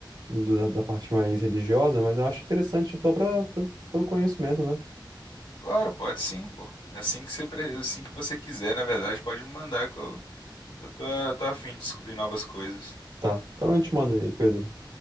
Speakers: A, on the right (about 60°); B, on the left (about 80°).
A: do- da, da parte mais religiosa, mas eu acho interessante pela, pra- pe- pelo conhecimento, né?
B: Claro, pode sim, pô. É Assim que você, pre- é assim que você quiser, na verdade, pode me mandar que eu, eu tô, eu tô a fim de descobrir novas coisas.
A: Tá, então a gente manda aí, Pedro.